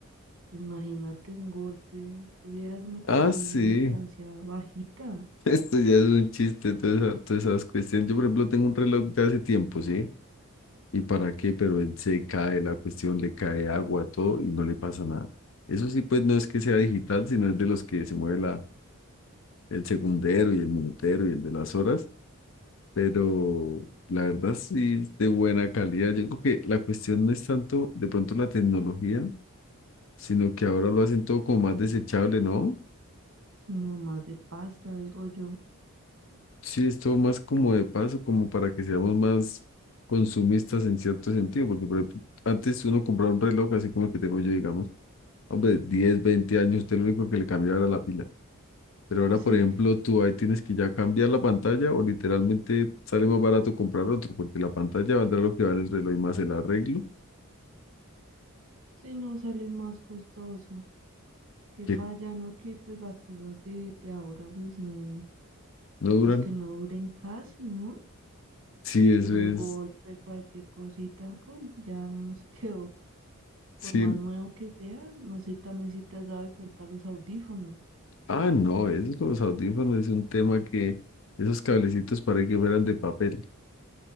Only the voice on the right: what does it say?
imagínate un golpe, tuviera, se me cayó
de una distancia bajita,
como más de pasta, digo yo.
Sí,
sí, no sale más costoso, que
falla, ¿no? Que pues las cosas de, de ahora, pues no,
pues
que no
duren casi, ¿no?
Pues un
golpe, cualquier cosita, pum, ya uno se <laughs> quedó, por
más nuevo que sea, no sé también si te has dado cuenta los audífonos.